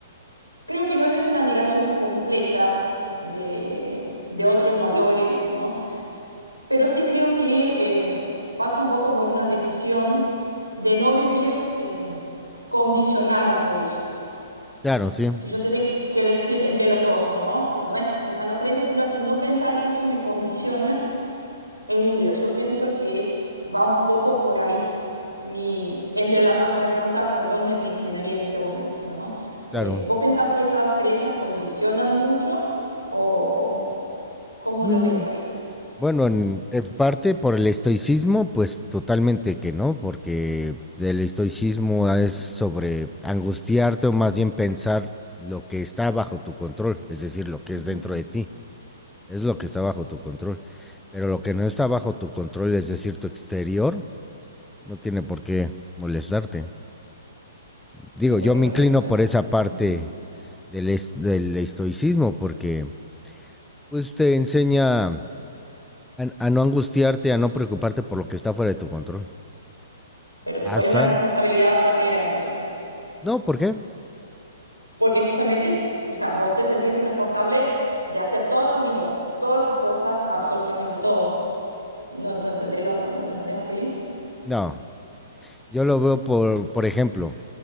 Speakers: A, on the right; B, in the centre.
A: creo que no es una negación completa de, de otros valores, ¿no? Pero sí creo que eh, pasa un poco por una decisión de no vivir eh, condicionada por eso.
B: Claro, sí,
A: Si yo te tengo que decir entre los dos, ¿no? No es una no creencia, sino no pensar que eso me condiciona en mi vida. Yo pienso que va un poco por ahí. Mi, entre las dos que me preguntas, por dónde me inclinaría en este momento, ¿no? Eh,
B: claro.
A: ¿vos pensás que esas creencias condicionan mucho o cómo
B: Mm,
A: lo ves ahí?
B: Bueno, en, en parte por el estoicismo, pues totalmente que no, porque el estoicismo es sobre angustiarte o más bien pensar lo que está bajo tu control, es decir, lo que
A: Ujú.
B: es dentro de ti. Es lo que está bajo tu control. Pero lo que no está bajo tu control, es decir, tu exterior, no tiene por qué molestarte. Digo,
A: Ni por
B: yo
A: qué
B: me
A: condicionarte.
B: inclino por esa parte
A: Ujú.
B: del, est del estoicismo, porque pues te enseña a, a, no angustiarte, a no preocuparte por lo que está fuera de tu control.
A: Pero te
B: ¿Pasa?
A: pone una responsabilidad bastante grande, ¿no?
B: No, ¿por qué?
A: Porque justamente, o sea, vos te sentís responsable de hacer toda tu vida, todas tus cosas, absolutamente todo. ¿No, no entendés lo, no lo entendés así?
B: No. Yo lo veo por, por ejemplo,